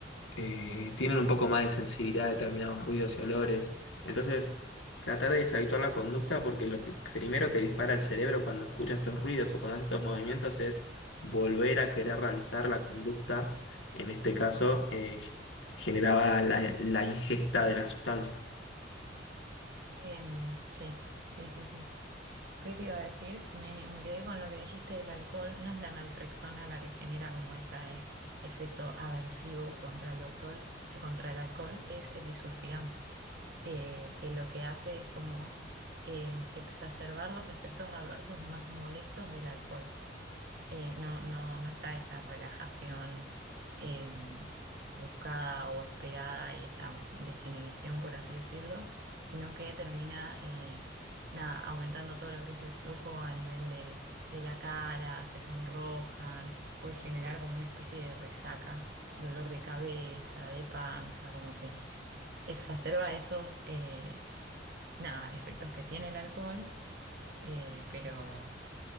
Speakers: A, on the left (about 90°); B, on the right (about 55°).
A: eh, tienen un poco más de sensibilidad a determinados ruidos y olores. Entonces, tratar de deshabituar la conducta porque lo que, primero que dispara el cerebro cuando escucha estos ruidos o cuando hace estos movimientos es volver a querer realizar la conducta, en este caso, eh, generaba la, la ingesta de la sustancia.
B: Em, sí, sí, sí, sí. ¿Qué te iba a decir? Me, me quedé con lo que dijiste del alcohol. No es la naltrexona la que genera como ese efecto aversivo contra el doctor, eh, contra el alcohol, es el disulfiram eh, que lo que hace es como em, exacerbar los efectos adversos más molestos del alcohol. eh, no, no, no está esa relajación eh, buscada o esperada y esa desinhibición, por así decirlo, sino que termina eh, nada, aumentando todo lo que es el flujo a nivel de, de la cara, se sonrojan, puede generar como una especie de resaca, dolor de cabeza, de panza, como que exacerba esos eh, nada, efectos que tiene el alcohol, eh, pero.